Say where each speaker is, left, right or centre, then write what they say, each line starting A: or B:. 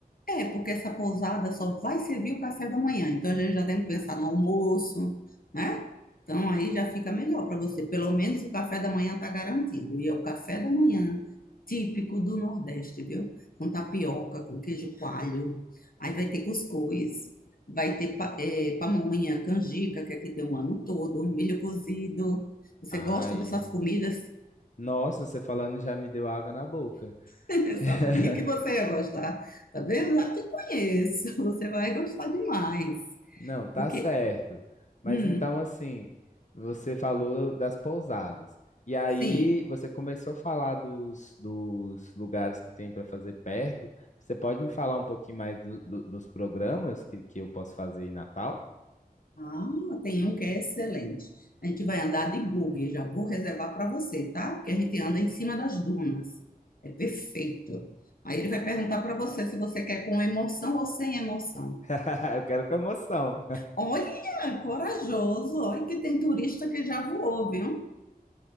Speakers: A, on the left (about 65°); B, on the left (about 50°).
A: É, porque essa pousada só vai servir o café da manhã. Então a gente já tem que pensar no almoço, né? Então aí já fica melhor para você. Pelo menos o café da manhã está garantido. E é o café da manhã típico do Nordeste, viu? Com tapioca, com queijo coalho. Aí vai ter cuscuz, vai ter pa- eh, pamonha, canjica, que aqui tem o ano todo, milho cozido. Você
B: Ai,
A: gosta dessas comidas?
B: nossa, você falando já me deu água na boca.
A: Eu
B: <laughs>
A: sabia que você ia gostar. Tá vendo? Já te conheço. <laughs> Você vai gostar demais.
B: Não, tá
A: Porque,
B: certo. Mas
A: hum,
B: então, assim, você falou das pousadas. E aí
A: sim.
B: você começou a falar dos, dos lugares que tem para fazer perto. Você pode me falar um pouquinho mais do- do- dos programas que, que eu posso fazer em Natal?
A: Ah, tem um que é excelente. A gente vai andar de buggy. Já vou reservar para você, tá? Porque a gente anda em cima das dunas. É perfeito. Aí ele vai perguntar para você se você quer com emoção ou sem emoção.
B: <laughs> Eu quero com emoção.
A: Olha, corajoso. Olha que tem turista que já voou, viu?